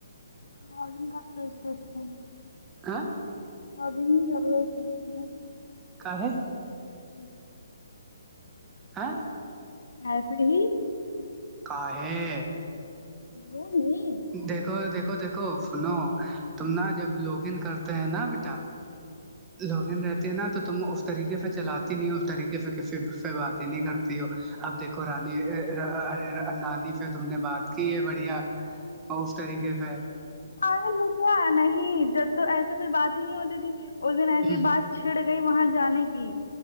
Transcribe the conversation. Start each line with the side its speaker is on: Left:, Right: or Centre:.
Left: مارنگ کا فریس دتے ہیں
Right: کہ
Left: اب بھی ہو س ن
Right: کا ہے
Left: ہوں
Right: آ
Left: ایسے ہی
Right: کہ
Left: ہو نہیں
Right: دیکھو دیکھو دیکھو سنو تم نا جب لوگن کرتے ہیں نا بی لو ل رہتے ہیں نا تو تم اس طریقے سے چلات نہیں ہو اس طریقے سے کسی سے بات ہی نہیں کرتی ہو اب دیکھو رانیرے نانی پ تم نے بات کی ہے بڑھیا اف طریقے سے
Left: آگل ہو کیا نہیں جب تو ایسے کوئی بات ہی نہیں ہوتی تھی اس دن ایسی
Right: ہوں
Left: بات چھڑ گئی وہاں جانے کی